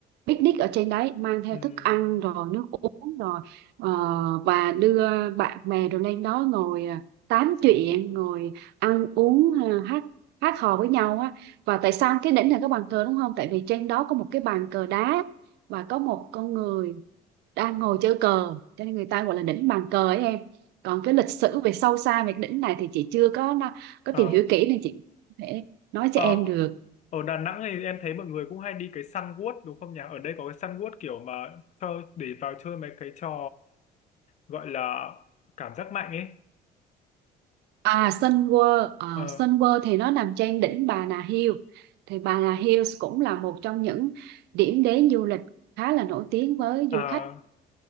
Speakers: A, on the right (about 80°); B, on the left (about 45°).
A: picnic ở trên đấy mang theo
B: Ừ.
A: thức ăn rồi nước uống rồi ờ, và đưa bạn bè rồi lên đó ngồi à, tám chuyện ngồi ăn uống à, hát hát hò với nhau á và tại sao cái đỉnh này có bàn cờ đúng không tại vì trên đó có một cái bàn cờ đá và có một con người đang ngồi chơi cờ cho nên người ta gọi là đỉnh bàn cờ ấy em còn cái lịch sử về sâu xa về cái đỉnh này thì chị chưa có na- có
B: Ừ.
A: tìm hiểu kỹ nên chị không thể nói
B: Ờ,
A: cho em được
B: ở Đà Nẵng thì em thấy mọi người cũng hay đi cái Sun World đúng không nhỉ? Ở đây có cái Sun World kiểu mà cho để vào chơi mấy cái trò gọi là cảm giác mạnh ấy.
A: à Sun World à,
B: Ờ,
A: Sun World thì nó nằm trên đỉnh Bà Nà Hills thì Bà Nà Hills cũng là một trong những điểm đến du lịch khá là nổi tiếng với
B: à,
A: du khách